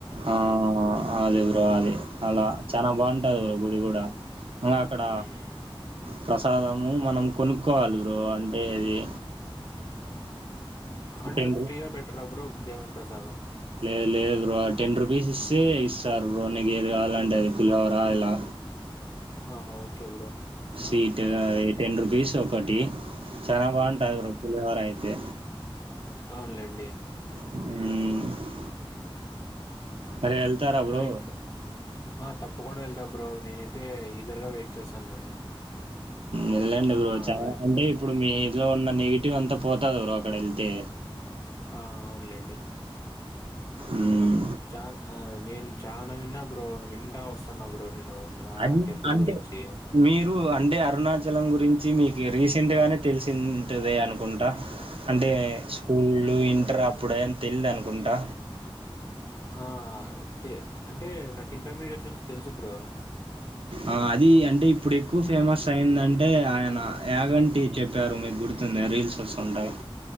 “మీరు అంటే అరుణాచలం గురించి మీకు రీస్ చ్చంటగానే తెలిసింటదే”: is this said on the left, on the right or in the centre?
Right